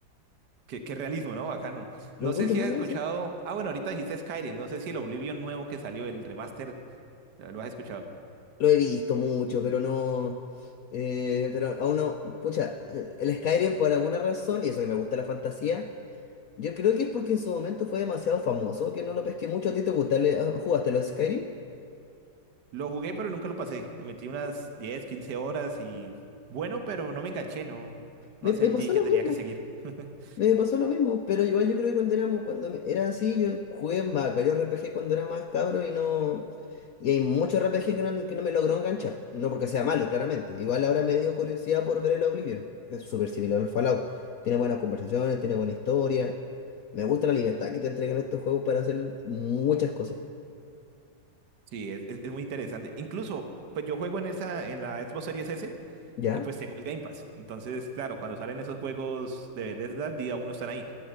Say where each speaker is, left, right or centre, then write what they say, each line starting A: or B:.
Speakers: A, on the right; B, on the left.
A: qué, qué realismo, ¿no? Bacano.
B: Lo
A: No
B: encuentro
A: No sé si
B: muy
A: has
B: raro.
A: escuchado. Ah, bueno, ahorita dijiste Skyrim. No sé si el Oblivion nuevo que salió, el remaster, lo has escuchado.
B: Lo he visto mucho, pero no. eh, pero aún no. Pucha, eh, el Skyrim por alguna razón, y eso que me gusta la fantasía, yo creo que es porque en su momento fue demasiado famoso, que no lo pesqué mucho. ¿A ti te gusta? ¿Le- ah, ¿Jugaste los Skyrim?
A: Lo jugué, pero nunca lo pasé. Le metí unas 10, 15 horas y. Bueno, pero no me enganché, no. No
B: Me, me
A: sentí
B: pasó lo
A: que tenía
B: mismo.
A: que seguir. <laughs>
B: Me pasó lo mismo, pero igual yo creo que cuando éramos, cuando me- era así, yo jugué en va- varios RPG cuando era más cabro y no. Y hay muchos RPG que no, que no me logró enganchar. No porque sea malo, claramente. Igual ahora me dio curiosidad por ver el Oblivion. Es súper similar al Fallout. Tiene buenas conversaciones, tiene buena historia. Me gusta la libertad que te entregan estos juegos para hacer muchas cosas.
A: Sí, es, es- es muy interesante. Incluso, pues yo juego en esa, en la Xbox Series S
B: ¿Ya?
A: y pues tengo el Game Pass. Entonces, claro, cuando salen esos juegos de Bethesda, día uno están ahí.